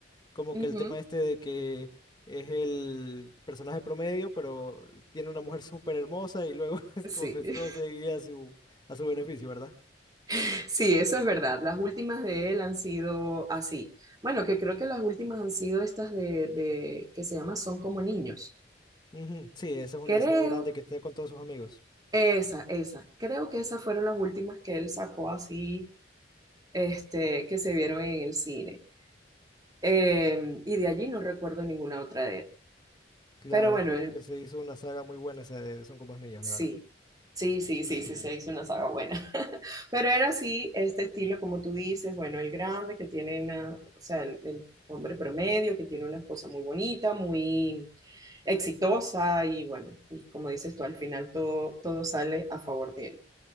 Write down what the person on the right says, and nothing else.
ujú,
sí,
<laughs> sí, eso es verdad. Las últimas de él han sido así. Bueno, que creo que las últimas han sido estas de, de- que se llama Son como niños.
Creo,
esa, esa, creo que esas fueron las últimas que él sacó así, este, que se vieron en el cine. Eh, y de allí no recuerdo ninguna otra de él.
Pero bueno,
él,
Sí,
sí, sí, sí, sí, se hizo una saga buena. <laughs> Pero era así, este estilo, como tú dices, bueno, el grande que tiene una, o sea, el, el hombre promedio que tiene una esposa muy bonita, muy exitosa y bueno, y como dices tú, al final todo, todo sale a favor de él.